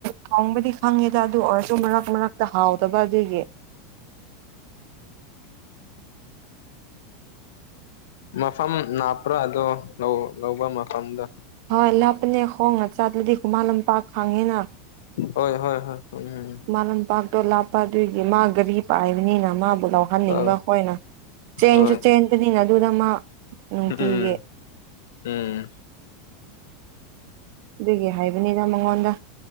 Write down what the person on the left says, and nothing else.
ꯎ ꯃꯐꯝ ꯅꯥꯞꯄ꯭ꯔꯥꯗꯣ ꯂꯧꯕ ꯃꯐꯝꯗ
ꯍ ꯍꯣꯏ ꯍꯣꯏ ꯎꯝ
ꯑ
ꯍꯣꯏ
ꯎꯝ ꯎꯝ